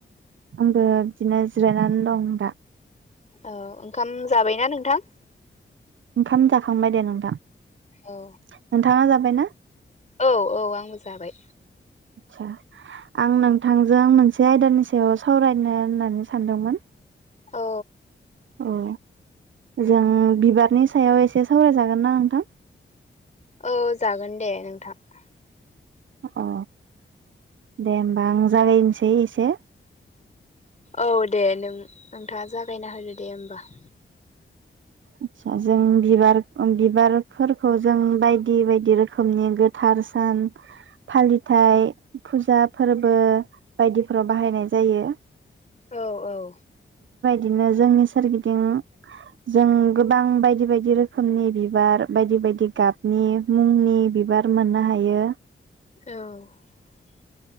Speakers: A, on the right; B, on the left.
A: आंबो बिदिनो जिरायनानै दं दा।
B: औ ओंखाम जाबायना नोंथां?
A: ओंखाम जाखांबाय दे नोंथां। नोंथाङा
B: औ
A: जाथ जाबाय ना?
B: औ औ आंबो जाबाय
A: आदसा आं नोंथांजों मोनसे आयदानि सायाव सावरायनो होननानै सानदोंमोन ।
B: औ
A: औ जों बिबारनि सायाव एसे सावराय जागोनना नोंथां?
B: औ जागोन दे नोंथां ।
A: अ दे होमबा आं जागानोसै एसे ।
B: औ दे नों नोंथाङा जागायना होदो दे ओमबा ।
A: आदसा जों बिबार बिबारफोरखौ जों बायदि बायदि रोखोमनि गोथार सान फालिथाइ फुजा फोरबो बायदिफोराव बाहायनाय जायो ।
B: औ औ
A: दिनो जोंनि सोरगिदिं जों गोबां बायदि बायदि रोखोमनि बिबार बायदि बायदि गाबनि मुंनि बिबार मोननो हायो ।
B: औ